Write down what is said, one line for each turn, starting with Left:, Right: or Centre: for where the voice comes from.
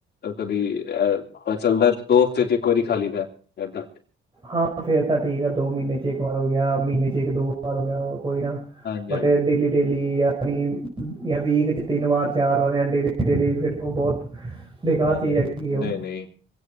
Left: ਕਦੀ, ਅ, ਚਲਦਾ ਦੋ ਹਫ਼ਤੇ ਚ, ਇੱਕ ਵਾਰੀ ਖਾ ਲੀ ਦਾ ਏਦਾਂ
Right: ਹਾਂ, ਫੇਰ ਤਾਂ ਠੀਕ ਆ, ਦੋ ਮਹੀਨੇ ਚ ਇੱਕ ਵਾਰ ਹੋ ਗਿਆ, ਮਹੀਨੇ ਚ ਇੱਕ-ਦੋ ਵਾਰ ਹੋ ਗਿਆ ਕੋਈ ਨਾ
Left: ਹਾਂਜੀ
Right: ਬ
Left: ਹਾਂਜੀ
Right: ਡੇਲੀ ਦੀ ਡੇਲੀ ਆ। ਣੀ ਜਾਂ ਵੀਕ 'ਚ ਤਿੰਨ ਵਾਰ, ਚਾਰ ਵਾਰ ਜਾਂ ਡੇਲੀ- ਡੇਲੀ ਫਿਰ ਓ ਬਹੁਤ ਬੇਕਾਰ
Left: ਹਾਂਜੀ
Right: ਚੀਜ਼
Left: ਹਾਂਜੀ
Right: ਹੈਗੀ ਕਿ ਓ,
Left: ਨਹੀਂ ਨਹੀਂ